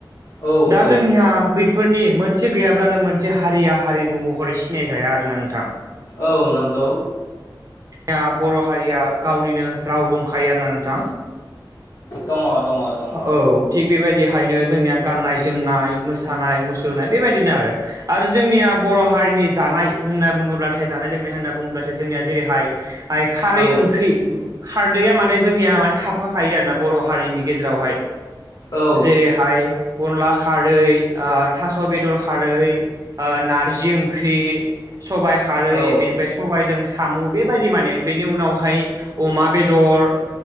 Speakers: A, on the left (about 50°); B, on the right (about 40°).
A: औ
B: दा
A: औ
B: जोंनिहा बे फोरनि मोनसे गैयाब्लानो मोनसे हारिया हारिमु महरै सिनायजाया आरोना नोंथां
A: औ नंगौ।
B: या बर' हारिया गावनिनो राव दंखायो आरोना नोंथां
A: दङ दङ दङ
B: औ थिग बेबायदिहायनो जोंनिया गाननाय जोमनाय मोसानाय मुसुरनाय बेबायदिनो आरो आरो जोंनिया बर' हारिनि जानाय होनना बुङोब्लाथाय जानाय लोंनाय होनना बुङोब्लाथाय जोंनिया जेरै हाय हाय खारै
A: औ
B: ओंख्रि खारदैया माने जोंनिया माने थाफाखायो आरोना बर' हारिनि गेजेरावहाय
A: औ
B: जेरैहाय अनला खारै ओ थास' बेदर खारै ओ नार्जि ओंख्रि सबाइ खारै
A: औ
B: बेनिफ्राय सबायजों सामु बेबायदि माने बेनि उनावहाय अमा बेदर